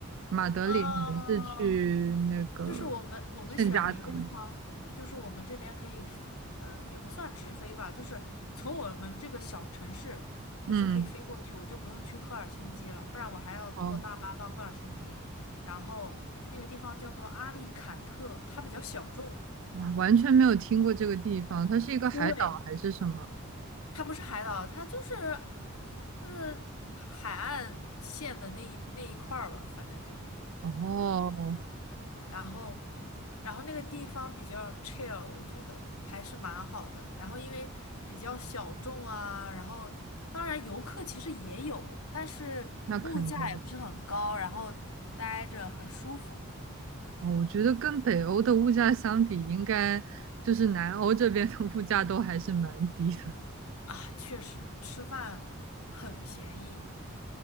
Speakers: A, on the right (about 60°); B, on the left (about 80°).
A: 马德里还是去那个圣家堂？
B: 嗯、就是我们我们选了一个地方，就是我们这边可以呃，也不算直飞吧，就是从我们这个小城市，
A: 嗯，
B: 就是可以飞过去，我就不用去赫尔辛基了，不然我还要坐大巴到赫尔辛基，
A: 哦，
B: 然后那个地方叫做阿利坎特，它比较小众，
A: 哇，完全没有听过这个地方，它是一个海岛还是什么？
B: 对，它不是海岛，它就是就是海海岸线的那一那一块儿吧，反正就。
A: 哦，
B: 然后，然后那个地方比较 chill，我觉得还是蛮好的。然后因为比较小众啊，然后当然游客其实也有，但是物价也不是很高，
A: 那肯定。
B: 然后待着很舒服
A: 哦，我觉得跟北欧的物价相比，应该就是南欧这边的物价都还是蛮低的。
B: 啊，确实吃饭很便宜，